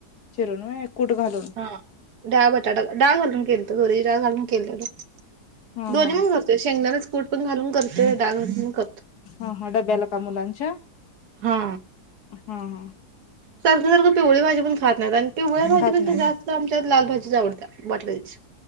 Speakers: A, on the left; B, on the right.
A: चिरून व्हय कूट घालून
B: हा डाळं बटाटा डाळ घालून मी तुरीची डाळ घालून केलेलो.
A: हा
B: दोनी
A: हा
B: पण घालतो शेंगदाण्याचा कुट पण घालून करतो., डाळ घालून करतो.
A: हा.. हा.. डब्याला का मुलांच्या.
B: हा.
A: हा.. हा..
B: सारखं.,. सारखं., पिवळी भाजी पण खात नाही आणि- पिवळ्या भाजीपेक्षा
A: खात नाहीत
B: जास्त आमच्यात लाल भाजी आवडत्या बटाट्याची.